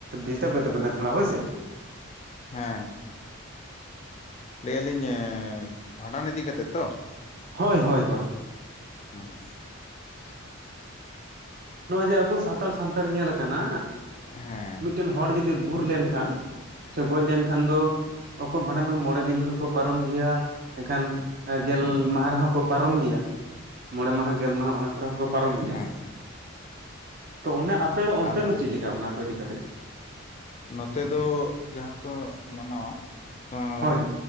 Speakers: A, on the right; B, on the left.
A: ᱰᱤᱥᱴᱟᱵᱮᱫ ᱛᱟᱵᱮᱱᱟ ᱛᱷᱚᱲᱟ, ᱦᱳᱭᱥᱮ᱾
B: ᱦᱮᱸ, ᱞᱟᱹᱭᱟᱞᱤᱧ ᱮᱸ, ᱵᱷᱟᱸᱰᱟᱱ ᱤᱫᱤ ᱠᱟᱛᱮᱜ ᱛᱚ?
A: ᱦᱳᱭ, ᱦᱳᱭ, ᱦᱳᱭ᱾
B: ᱦᱩᱸ ᱟᱪᱪᱷᱟ᱾
A: ᱱᱚᱜᱼᱚᱭ ᱡᱮ ᱟᱵᱚ, ᱥᱟᱱᱛᱟᱲ ᱥᱟᱶᱛᱟ ᱨᱮ ᱧᱮᱞᱠᱟᱱᱟ,
B: ᱦᱮᱸ
A: ᱢᱤᱫᱴᱮᱱ ᱦᱚᱲ ᱡᱩᱫᱤ ᱜᱩᱨ ᱞᱮᱱᱠᱷᱟᱱ? ᱥᱮ ᱜᱚᱡ ᱞᱮᱱᱠᱷᱟᱱ ᱫᱚ, ᱚᱠᱚ ᱵᱷᱟᱸᱰᱟᱱ ᱢᱚᱬᱮ ᱫᱤᱱ ᱨᱮ ᱦᱚᱠᱚ, ᱯᱟᱨᱚᱢ ᱜᱮᱭᱟ ᱮᱱᱠᱷᱟᱱ ᱜᱮᱞ ᱢᱟᱦᱟ ᱨᱮᱦᱚᱸ ᱠᱚ ᱯᱟᱨᱚᱢ ᱜᱮᱭᱟ, ᱢᱚᱬᱮ ᱢᱟᱦᱟ, ᱜᱮᱞ ᱢᱟᱦᱟ, ᱚᱱᱟ ᱠᱚᱨᱮ ᱦᱚᱸᱠᱚ ᱯᱟᱨᱚᱢ ᱜᱮᱭᱟ᱾
B: ᱦᱮᱸ
A: ᱛᱚ ᱚᱱᱮ ᱟᱯᱮ ᱫᱚ, ᱚᱱᱛᱮ
B: ᱟᱨ
A: ᱫᱚ ᱪᱤᱜ ᱞᱮᱠᱟ ᱚᱱᱟ ᱠᱚ ᱤᱫᱤ ᱠᱟᱛᱮ?
B: ᱱᱚᱛᱮ ᱫᱚ ᱡᱟᱦᱟᱸ ᱠᱚ, ᱢᱟᱱᱟᱣᱟ ᱟᱸ᱾
A: ᱦᱳᱭ